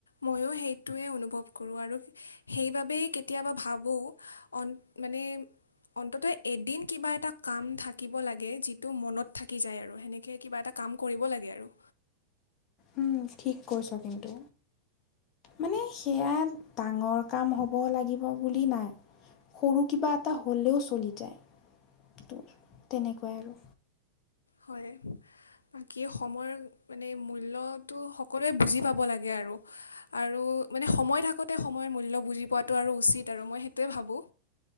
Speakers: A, on the left; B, on the left.
A: ময়ো সেইটোৱে অনুভৱ কৰোঁ আৰু সেইবাবেই কেতিয়াবা ভাবোঁ মানে। অন্তত এদিন কিবা এটা কাম থাকিব লাগে যিটো মনত থাকি যায় আৰু সেনেকে কিবা এটা কাম কৰিব লাগে আৰু।
B: উম, ঠিক কইছা কিন্তু। মানে সেয়া ডাঙৰ কাম হ'ব লাগিব বুলি নাই। সৰু কিবা এটা হ'লেও চলি যায় তোৰ তেনেকুৱাই আৰু।
A: হয় বাকী সময়ৰ মানে মূল্যটো সকলোৱে বুজি পাব লাগে আৰু। আৰু আৰু মানে সময় থাকোতে সময়ৰ মূল্য বুজি পোৱাটো আৰু উচিত আৰু মই সেইটোৱে ভাবোঁ।